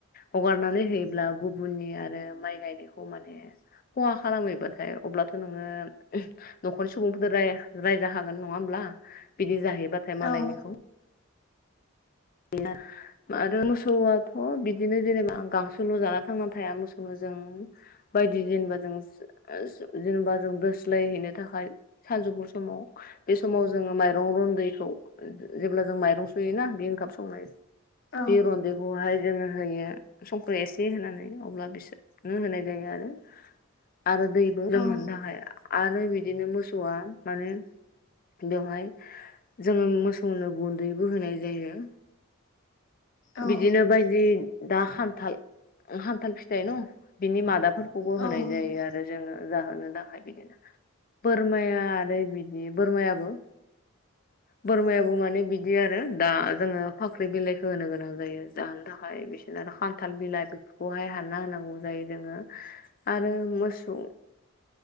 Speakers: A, on the left (about 40°); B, on the left (about 55°).
A: हगारनानै होयोब्ला गुबुननि आरो माइ गायनायखौ माने खहा खालामहैबाथाय अब्लाथ' नोङो न'खरनि सुबुंफोरजों राय रायजाखागोन हागोन नङा होम होमब्ला बिदि जाहैबाथाय मालायनिखौ
B: औ
A: <unintelligible> आरो मोसौआथ' बिदिनो जेनेबा गांसोल' जाना थांना थाया मोसौनो जों बायदि जेनेबा जों सो आ सो जेनेबा जों दोस्लायहैनो थाखाय सानजौफु समाव बे समाव जोङो माइरं रन्दैखौ ओ जेब्ला जों माइरं सुयोना बे ओंखाम सं <unintelligible>
B: औ
A: बे रनदैखौहाय जोङो होयो संख्रि एसे होनानै अब्ला बिसोरनो होनाय जायो आरो आरो दैबो लोंहोनो
B: औ
A: थाखाय आरो बिदिनो मोसौआ माने बेवहाय जोङो मोसौनो गुन्दैबो होनाय जायो।
B: औ
A: बिदिनो बायदि दा खान्थाल खान्थाल फिथाइ न बिनि मादा फोरखौबो होनाय
B: औ उम
A: जायो आरो जोङो जाहोनो थाखाय बिदिनो बोरमाया आरो बिदि बोरमायाबो बोरमायाबो माने बिदि आरो दा जोङो फाख्रि बिलाइखौ होनो गोनां। जायो जाहोनो थाखाय बिसोरनो आरो खानथाल बिलाइ बेफोरखौहाय हानना होनांगौ जायो जोङो आ आरो मोसौ